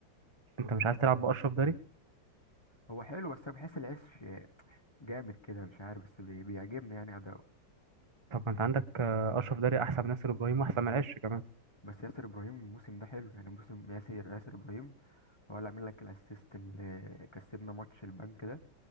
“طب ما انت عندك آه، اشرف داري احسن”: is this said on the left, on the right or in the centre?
Right